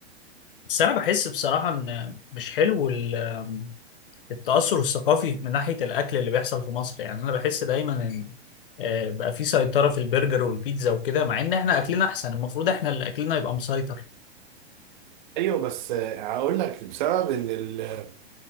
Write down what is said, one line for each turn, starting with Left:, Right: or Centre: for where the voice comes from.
Left: بس انا بحس بصراحه ان مش حلو ال- آم، التاثر الثقافي من ناحيه الاكل اللي بيحصل في مصر يعني انا بحس دايما ان آه، بقى في سيطره في البرجر والبيتزا وكده مع ان احنا اكلنا احسن المفروض احنا اللي اكلنا يبقى مسيطر
Right: ايوه بس آه، هقول لك بسبب ان ال